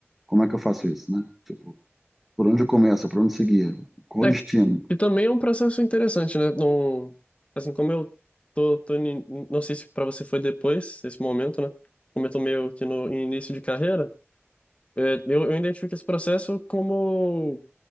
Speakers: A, in the centre; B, on the left (about 30°).
A: Como é que eu faço isso, né? Tipo, por onde eu começo, por onde seguir, qual
B: É
A: o destino?
B: que, que também é um processo interessante, né? Não, assim, como eu tô, tô ni- não sei se para você foi depois, esse momento, né? Como eu tô meio que no em início de carreira, é, eu, eu identifico esse processo como